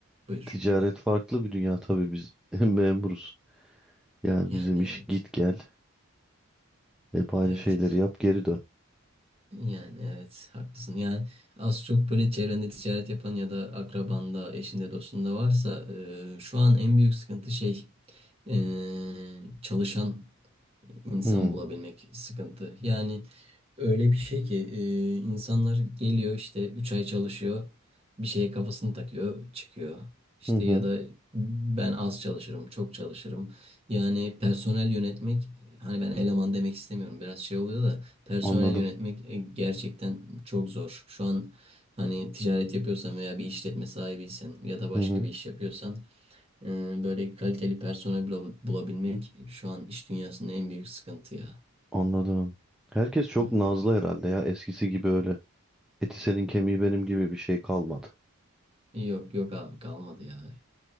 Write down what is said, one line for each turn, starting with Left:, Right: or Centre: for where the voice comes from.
Right: buyur.
Centre: ticaret farklı bir dünya tabii biz <laughs> memuruz. Yani
Right: Yani
Centre: bizim
Right: evet.
Centre: iş git gel. Hep aynı
Right: Evet.
Centre: şeyleri yap geri dön.
Right: Yani evet haklısın. Yani az çok böyle çevrende ticaret yapan ya da akrabanda, eşinde, dostunda varsa e, şu an en büyük sıkıntı şey e, çalışan insan
Centre: Hmm,
Right: bulabilmek sıkıntı. Yani Öyle bir şey ki e, insanlar geliyor işte 3 ay çalışıyor bir şeye kafasını takıyor çıkıyor. İşte
Centre: Hı hı.
Right: ya da ben az çalışırım çok çalışırım. Yani personel yönetmek hani ben eleman demek istemiyorum biraz şey oluyor da personel
Centre: Anladım.
Right: yönetmek e, gerçekten çok zor. Şu an hani ticaret yapıyorsan veya bir işletme sahibiysen ya da başka
Centre: Hı hı.
Right: bir iş yapıyorsan e, böyle kaliteli personel bula- bulabilmek şu an iş dünyasının en büyük sıkıntı ya.
Centre: Anladım. Herkes çok
Right: Hı.
Centre: nazlı herhalde ya. Eskisi gibi öyle. Eti senin kemiği benim gibi bir şey kalmadı.
Right: Yok yok abi kalmadı ya.